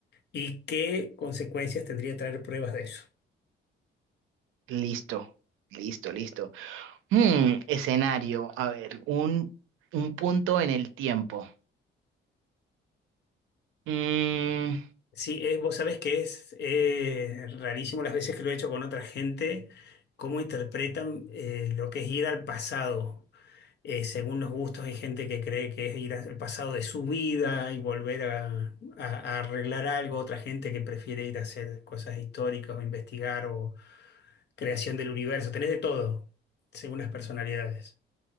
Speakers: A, on the left; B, on the right.
A: ¿Y qué consecuencias tendría traer pruebas de eso?
B: Listo, listo, listo. Hmm, escenario, a ver, un, un punto en el tiempo. Mm,
A: Sí, es- vos sabés que es eh, rarísimo las veces que lo he hecho con otra gente, cómo interpretan eh, lo que es ir al pasado. eh, según los gustos, hay gente que cree que es ir al pasado de su vida y volver a, a- a arreglar algo, otra gente que prefiere ir a hacer cosas históricas o investigar o creación del universo. Tenés de todo, según las personalidades.